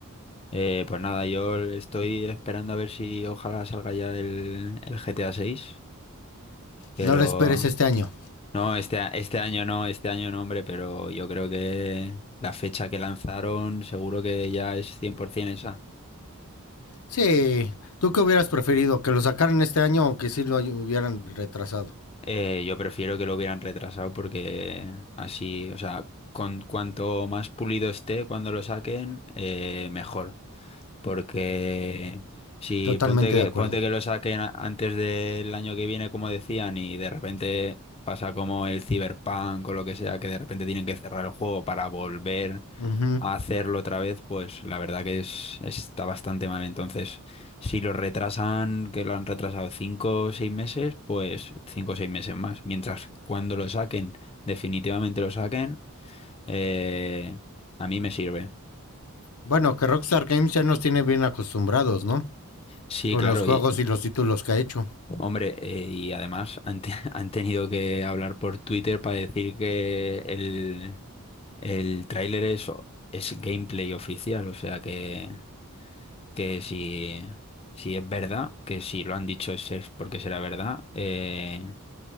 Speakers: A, on the left; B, on the left.
A: Eh, pues nada, yo estoy esperando a ver si ojalá salga ya el, el GTA 6, que
B: No
A: lo,
B: lo esperes este año.
A: No, este, a- este año no, este año no, hombre, pero yo creo que la fecha que lanzaron seguro que ya es 100% esa.
B: Sí. ¿Tú qué hubieras preferido? ¿Que lo sacaran este año o que sí lo hubieran retrasado?
A: Eh, yo prefiero que lo hubieran retrasado porque así, o sea, con cuanto más pulido esté cuando lo saquen, eh, mejor. Porque si
B: Totalmente
A: ponte que,
B: de acuerdo.
A: ponte que lo saquen a- antes del año que viene, como decían, y de repente pasa como el Cyberpunk o lo que sea, que de repente tienen que cerrar el juego para volver.
B: Ujú.
A: a hacerlo otra vez, pues la verdad que es, está bastante mal. Entonces, si lo retrasan, que lo han retrasado cinco o seis meses, pues cinco o seis meses más. Mientras cuando lo saquen, definitivamente lo saquen, eh, a mí me sirve.
B: Bueno, que Rockstar Games ya nos tiene bien acostumbrados, ¿no?
A: Sí,
B: con
A: claro,
B: los juegos
A: y
B: y los títulos que ha hecho.
A: hombre, eh, y además han, te- <laughs> han tenido que hablar por Twitter para decir que el, el tráiler es, es gameplay oficial, o sea que... que si, si es verdad, que si lo han dicho es es porque será verdad, eh,